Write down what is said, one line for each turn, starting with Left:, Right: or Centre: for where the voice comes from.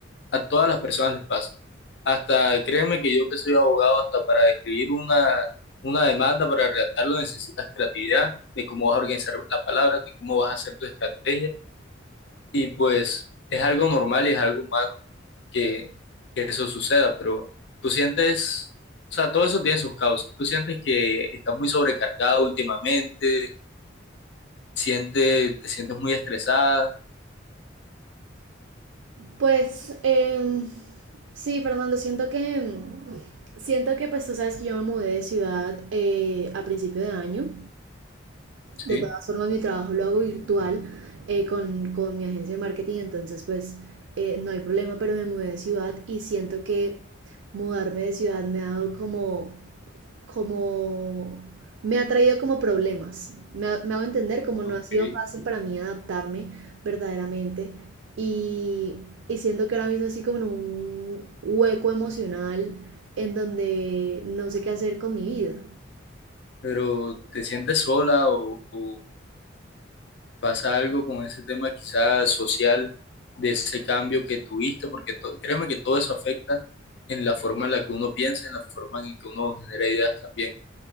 Left: a todas las personas les pasa. Hasta, créeme que yo que soy abogado, hasta para escribir una, una demanda, para redactarlo, necesitas creatividad de cómo vas a organizar las palabras, de cómo vas a hacer tu estrategia y pues es algo normal y es algo humano que, que eso suceda, pero tú sientes, o sea, todo eso tiene sus causas. Tú sientes que estás muy sobrecargado últimamente, siente te sientes muy estresada,
Right: Pues eh, sí, Fernando, siento que em, siento que pues tú sabes que yo me mudé de ciudad eh, a principio de año.
Left: ¿sí?
Right: De todas formas, mi trabajo lo hago virtual eh, con, con mi agencia de marketing, entonces pues eh, no hay problema, pero me mudé de ciudad y siento que mudarme de ciudad me ha dado como como me ha traído como problemas. Me, ha- me hago entender como
Left: Ok.
Right: no ha sido fácil para mí adaptarme verdaderamente y, y siento que ahora mismo así como en un hueco emocional en donde no sé qué hacer con mi vida.
Left: Pero te sientes sola o, o pasa algo con ese tema quizás social de ese cambio que tuviste, porque to- créeme que todo eso afecta en la forma en la que uno piensa, en la forma en que uno genera ideas también.